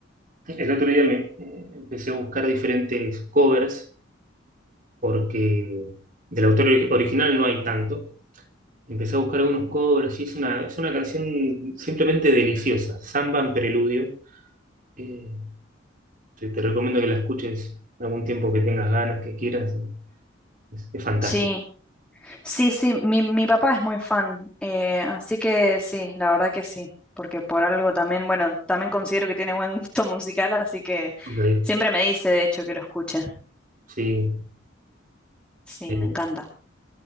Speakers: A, on the right (about 45°); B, in the centre.
A: El otro día me eh, empecé a buscar diferentes covers porque del autor ori- original no hay tanto. Empecé a buscar algunos covers y es una, es una canción simplemente deliciosa, Samba en Preludio. Eh, te, te recomiendo que la escuches algún tiempo que tengas ganas, que quieras. eh, Es, es fantástico.
B: Sí. Sí, sí. Mi, mi papá es muy fan. eh, así que sí, la verdad que sí. Porque por algo también, bueno, también considero que tiene buen <laughs> gusto musical, así que
A: Ok,
B: siempre me dice, de hecho, que lo escuche.
A: Sí.
B: Sí,
A: eh,
B: me encanta.